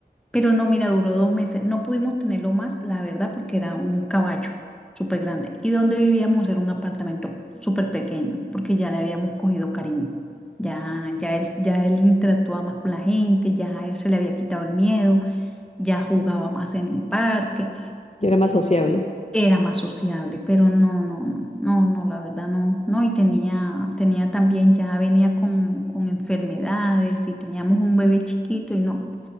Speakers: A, in the centre; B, on the left.
A: Pero no, mira, duró dos meses. No pudimos tenerlo más, la verdad, porque era un caballo súper grande. Y donde vivíamos era un apartamento súper pequeño, porque ya le habíamos cogido cariño. Ya, ya él, ya él interactuaba más con la gente, ya se le había quitado el miedo, ya jugaba más en el parque,
B: Yo era más sociable.
A: era más sociable, pero no, no, no, no, no, la verdad no, no, y tenía, tenía también, ya venía con, con enfermedades y teníamos un bebé chiquito y no.